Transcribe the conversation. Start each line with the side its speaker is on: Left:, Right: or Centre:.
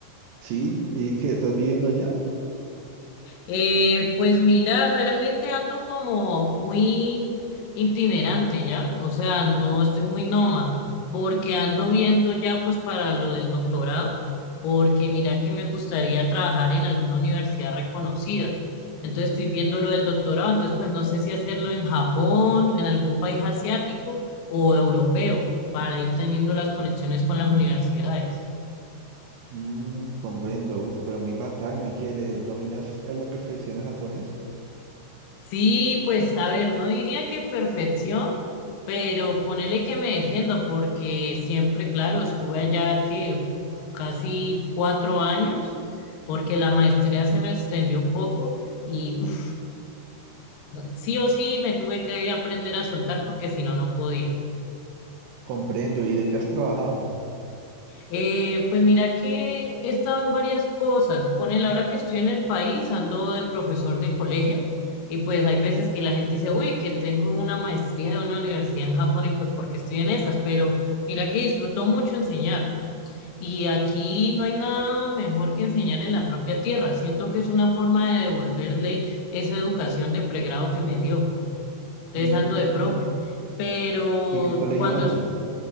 Right: Sí, ¿y qué estás viviendo allá?
Left: Eh, pues mira, realmente ando como muy itinerante ya, o sea, no estoy muy nómada, porque ando viendo ya pues para lo del doctorado, porque mira que me gustaría trabajar en alguna universidad reconocida. Entonces estoy viendo lo del doctorado, entonces pues no sé si hacerlo en Japón, en algún país asiático o europeo, para ir teniendo las conexiones con las universidades.
Right: Mm, comprendo, uf, pero muy bacano y que le dominas a la perfección el japonés.
Left: Sí, pues a ver, no diría que perfección, pero ponele que me defiendo porque siempre, claro, estuve allá que casi cuatro años, porque la maestría se me extendió un poco y uff, sí o sí me tuve que aprender a soltar porque si no, no podía.
Right: Comprendo, ¿y de qué has trabajado?
Left: Eh, pues mira que he estado en varias cosas. Pone la hora que estoy en el país, ando de profesor de colegio y pues hay veces que la gente dice, uy, que tengo una maestría de una universidad en Japón y pues porque estoy en esas, pero mira que disfruto mucho enseñar y aquí no hay nada mejor que enseñar en la propia tierra. Siento que es una forma de devolverle esa educación de pregrado que me dio. Entonces
Right: Mm,
Left: ando de profe, pero
Right: ¿y en qué colegio
Left: cuando
Right: andas?
Left: es...